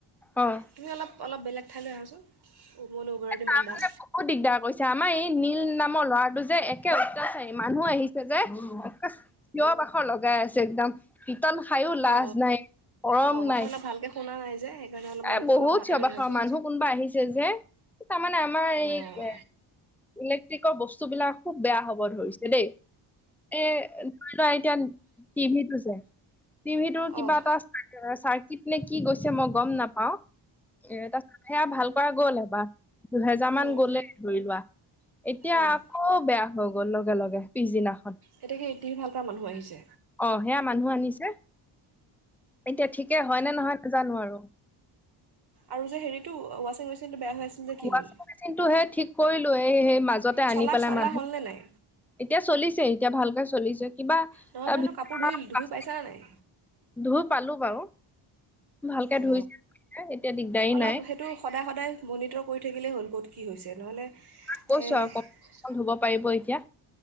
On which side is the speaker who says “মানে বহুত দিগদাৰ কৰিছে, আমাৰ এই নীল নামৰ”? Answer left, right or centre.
Centre